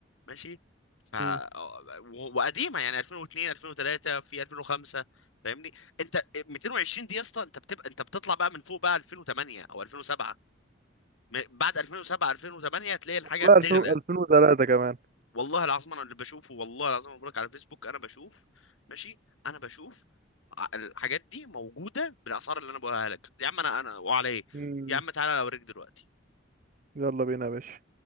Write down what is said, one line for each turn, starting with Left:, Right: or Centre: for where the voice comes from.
Left: ماشي ف
Right: مم.
Left: و- وقديمه يعني 2002 2003 في 2005 فاهمني انت 220 دي يا اسطى انت بتبقى انت بتطلع بقى من فوق بقى 2008 او 2007 م- بعد 2007 2008 هتلاقي الحاجه
Right: والله
Left: بتغلى
Right: 2000 2003 كمان
Left: والله العظيم انا اللي بشوفه والله العظيم انا بقولك على فيسبوك انا بشوف ماشي انا بشوف ع- الحاجات دي موجوده بالاسعار اللي انا بقولها لك يا عم انا انا وعلى ايه
Right: مم.
Left: يا عم تعالى اوريك دلوقتي
Right: يلا بينا يا باشا